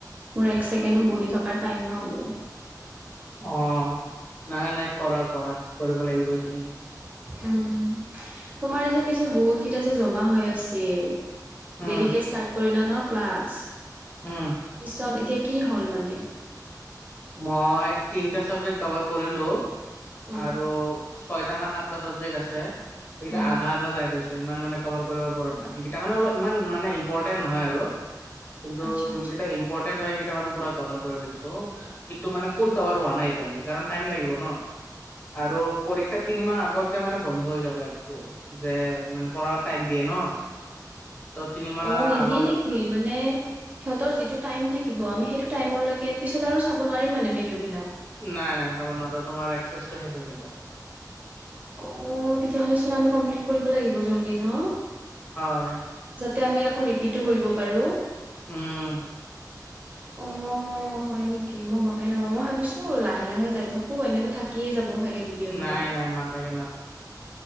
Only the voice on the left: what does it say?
অঁ নাই নাই কৰা কৰা কৰিব লাগিব এইকেদিন।
উম
উম
মই তিনিটা চাবজেক্ট কভাৰ কৰিলো
আৰু- ছয়টা না সাতটা চাবজেক্ট আছে সেইকেইটা
আধা আধা যাই পাইছো। ত ইমান মানে কভাৰ কৰিব পৰা নাই সেইকেইটা মানে অলপ ইমান মানে ইম্পৰ্টেন্ট নহয় আৰু। কিন্তু,
যোনকেইটা
ইম্পৰ্টেন্ট হয় সেইকেইটা মানে পুৰা কভাৰ কৰি লৈছো। কিন্তু মানে ফুল কভাৰ হোৱা নাই এতিয়ালৈকে কাৰণ টাইম লাগিব ন। আৰু পৰীক্ষা তিনিমাহ আগত- তে মানে বন্ধ হৈ যাব এপটো, যে মানে পঢ়াও টাইম দিয়ে ন। ত তিনিমাহ
আগৰ
নাই নাই চাব নোৱাৰো, তোমাৰ একেছটো শেষ হৈ যাব।
হয়।
উম'
নাই নাই নাথাকে নাথাক-